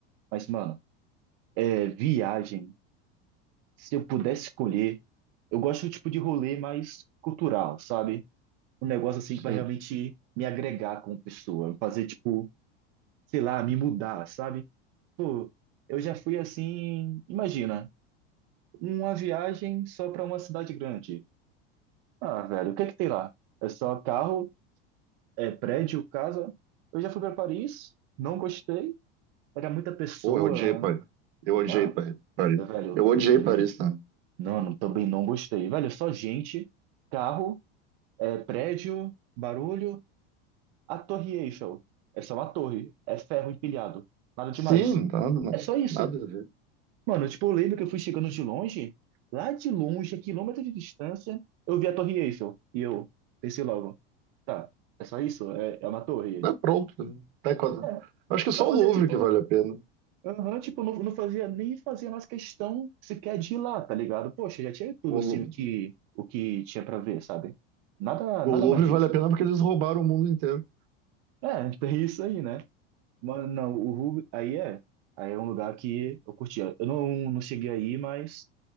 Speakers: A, on the right; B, on the right.
A: Mas, mano. É, viagem. Se eu pudesse escolher, eu gosto do tipo de rolê mais cultural, sabe? Um negócio assim que
B: Sim.
A: vai realmente me agregar como pessoa, fazer tipo, sei lá, me mudar, sabe? Pô, eu já fui assim, imagina, uma viagem só para uma cidade grande. Ah, velho, o que é que tem lá? É só carro, é prédio, casa. Eu já fui para Paris, não gostei, era muita pessoa.
B: Pô, eu odiei Paris. Eu odiei
A: Ah,
B: Pa- Paris.
A: velho,
B: Eu odiei
A: eu também
B: Paris, né?
A: Não, não, também não gostei. Velho, é só gente, carro, é, prédio, barulho, a torre Eiffel. É só uma torre, é ferro empilhado, nada
B: Sim,
A: demais.
B: nada, na-
A: É só isso.
B: nada a ver.
A: Mano, tipo, eu lembro que eu fui chegando de longe, lá de longe, a quilômetros de distância, eu vi a torre Eiffel. E eu pensei logo, tá, é só isso, é, é uma torre.
B: É pronto. Até quando...
A: É,
B: Acho que
A: não
B: só
A: fazia,
B: o Louvre
A: tipo,
B: que vale a pena.
A: Aham, tipo, não, não fazia nem fazia mais questão sequer de ir lá, tá ligado? Poxa, já tinha tudo
B: O,
A: assim
B: Lu-
A: o que o que tinha pra ver, sabe? Nada
B: o
A: nada
B: Louvre
A: mais disso.
B: vale a pena porque eles roubaram o mundo inteiro.
A: É, <laughs> tem isso aí, né? Mas não, o Ruby aí é, aí é um lugar que eu curtia. Eu não não cheguei aí, mas